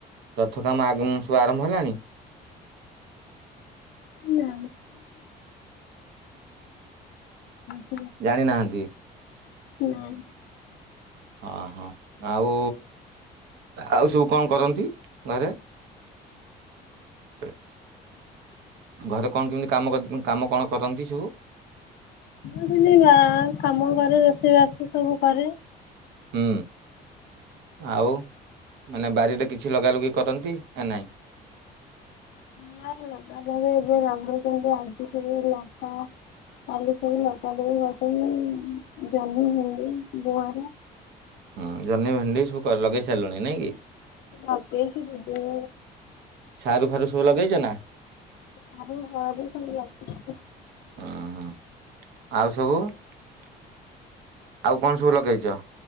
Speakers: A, on the right (about 80°); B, on the left (about 70°).
A: ରଥ କାମ ଆଗମ୍ ସବୁ ଆରମ୍ଭ ହେଲାଣି।
B: ନା। <unintelligible> <unintelligible>
A: ଜାଣି ନାହାନ୍ତି।
B: ନା।
A: ଅ ହଁ ଆଉ ଆଉ ସବୁ କଣ କରନ୍ତି ଘରେ? ହ ଘରେ କଣ କେମିତି କାମ କ କାମ କଣ କରନ୍ତି ସବୁ?
B: ମୁଁ <unintelligible> କାମ କରେ ରୋଷେଇ ବାସ ସବୁ କରେ।
A: ହୁଁ ଆଉ ମାନେ ବାରିରେ କିଛି ଲଗା ଲଗି କରନ୍ତି ନା ନାହିଁ?
B: ନା ଲଗା ଲାଗି ଏବେ ଲଗେଇଛନ୍ତି <unintelligible> ଲଙ୍କା। କାଲି ସେଇ ଲଙ୍କା ଯୋଉ <unintelligible> ଜହ୍ନି, ଭେଣ୍ଡି <unintelligible>
A: ହୁଁ ଜହ୍ନି, ଭେଣ୍ଡି ସବୁ କ ଲଗେଇ ସାରିଲୁଣି ନାଇଁ କି।
B: ମାଗ ହ ଦୁଦି <inaudible>
A: ସାରୁ ଫାରୁ ସବୁ ଲଗେଇଛ ନା?
B: ଆାରୁ ଘର ବି ଆସି <inaudible>
A: ହଁ ଆଉ ସବୁ ଆଉ କଣ ସବୁ ଲଗେଇଛ?